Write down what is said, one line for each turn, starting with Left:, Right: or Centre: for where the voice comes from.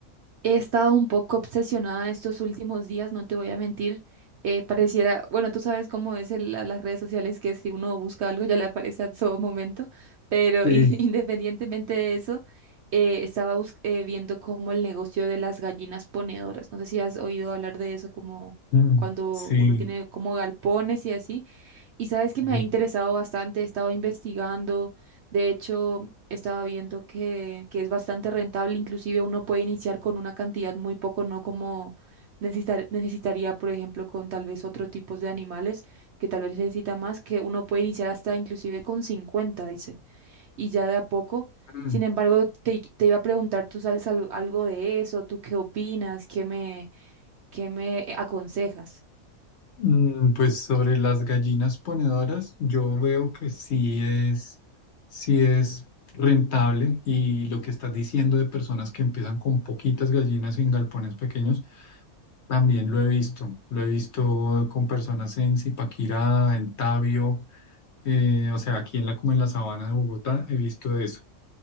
Right: he estado un poco obsesionada estos últimos días, no te voy a mentir. Eh, pareciera, bueno, tú sabes cómo es el- la- las redes sociales, que si uno busca algo ya le aparece a todo momento, pero
Left: Sí.
Right: i- <laughs> independientemente de eso, eh, estaba bus- eh, viendo como el negocio de las gallinas ponedoras. No sé si has oído hablar de eso, como
Left: Mm,
Right: cuando
Left: sí,
Right: uno tiene como galpones y así Y sabes que
Left: sí.
Right: me ha interesado bastante, he estado investigando, de hecho, estaba viendo que, que es bastante rentable, inclusive uno puede iniciar con una cantidad muy poco, no como necesitar, necesitaría, por ejemplo, con tal vez otro tipo de animales que tal vez necesita más, que uno puede iniciar hasta inclusive con 50 dice, y ya de a poco.
Left: Mm.
Right: Sin embargo, te, te iba a preguntar, ¿tú sabes al- algo de eso? ¿Tú qué opinas? ¿Qué me, qué me aconsejas?
Left: Mm, Pues sobre las gallinas ponedoras, yo veo que sí es, sí es rentable y lo que estás diciendo de personas que empiezan con poquitas gallinas en galpones pequeños, también lo he visto. Lo he visto con personas en Zipaquirá, en Tabio, eh, o sea, aquí en la, como en la sabana de Bogotá, he visto eso.